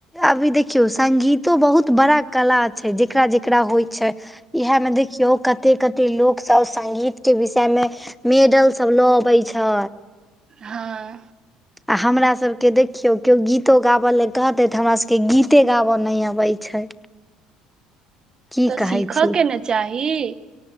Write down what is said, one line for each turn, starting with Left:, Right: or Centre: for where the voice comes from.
Centre: अभी देखियौ संगीतो बहुत बड़ा कला छै जेकरा जेकरा होइ छै इहे में देखियो कते कते लोग सब संगीत के विषय मे मेडल सब ल अबै छै
Right: हँ
Centre: आ हमर सभके देखियौ केओ गीतो गाब लेल कहतै त हमरा सभके गीते गाबे नहि अबैत छै की
Right: त
Centre: कहै
Right: सीखअ
Centre: छी
Right: के ने चाही